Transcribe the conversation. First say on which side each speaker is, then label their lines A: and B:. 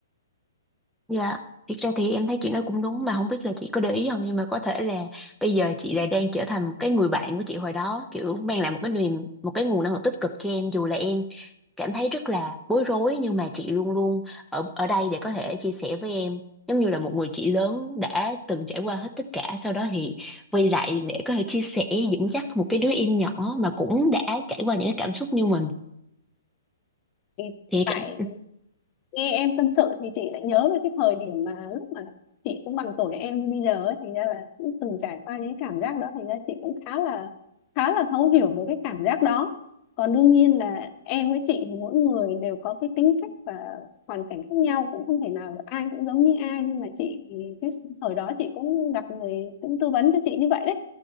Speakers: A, in the centre; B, on the left (about 35°).
A: Dạ, thiệt ra thì em thấy chị nói cũng đúng mà không biết là chị có để ý không nhưng mà có thể là bây giờ chị lại đang trở thành một cái người bạn của chị hồi đó kiểu mang lại một cái niềm một cái nguồn năng lượng tích cực cho em dù là em cảm thấy rất là bối rối nhưng mà chị luôn luôn ở ở đây để có thể chia sẻ với em giống như là một người chị lớn đã từng trải qua hết tất cả sau đó thì quay lại để có thể chia sẻ dẫn dắt một cái đứa em nhỏ mà cũng đã trải qua những cái cảm xúc như mình
B: thì
A: thì
B: tại
A: cảm
B: nghe em tâm sự thì chị lại nhớ về cái thời điểm mà lúc mà chị cũng bằng tuổi em bây giờ ấy, thành ra là cũng từng trải qua những cái cảm giác đó thành ra chị cũng khá là khá là thấu hiểu được cái cảm giác đó còn đương nhiên là em với chị thì mỗi người đều có cái tính cách và hoàn cảnh khác nhau cũng không thể nào ai cũng giống như ai nhưng mà chị thì cái thời đó chị cũng gặp người cũng tư vấn cho chị như vậy đấy